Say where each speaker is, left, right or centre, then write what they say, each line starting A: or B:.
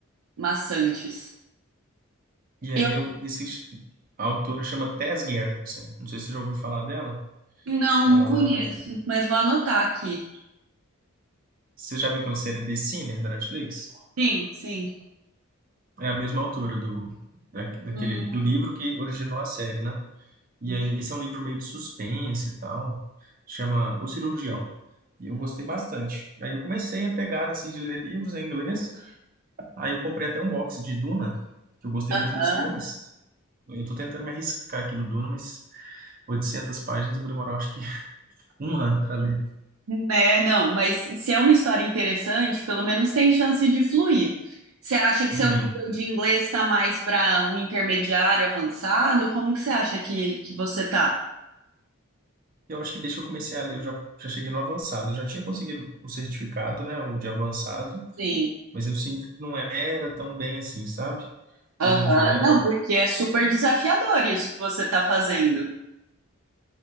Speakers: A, on the right (about 85°); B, on the right (about 40°).
A: maçantes.
B: E aí,
A: Eu
B: eu... Esse... a autora chama Tess Gerritsen. Não sei se você já ouviu falar dela.
A: não,
B: Ela.
A: não conheço, mas vou anotar aqui.
B: Você já viu aquela série The Sinner da Netflix?
A: Sim, sim.
B: É a mesma autora do, da,
A: Hum,
B: daquele, do livro que originou a série, né? E
A: entendi.
B: aí esse é um livro meio de suspense e tal, chama O Cirurgião. E eu gostei bastante. Aí eu comecei a pegada assim de ler livros em inglês. Aí eu comprei até um box de Duna, que eu gostei
A: Aham.
B: muito dos filmes. Eu tô tentando me arriscar aqui no Duna, mas 800 páginas eu vou demorar acho que <laughs> um ano para ler.
A: É, não, mas se é uma história interessante, pelo menos tem chance de fluir. Você acha que
B: Uhum.
A: seu nível de inglês está mais para um intermediário avançado? Como que você acha que, que você tá?
B: Eu acho que desde que eu comecei a ler, eu já, já cheguei no avançado. Eu já tinha conseguido o certificado, né, o de avançado.
A: Sim.
B: Mas eu sinto que não era tão bem assim, sabe?
A: Aham,
B: Hoje em dia,
A: Não, porque é super desafiador isso que você tá fazendo.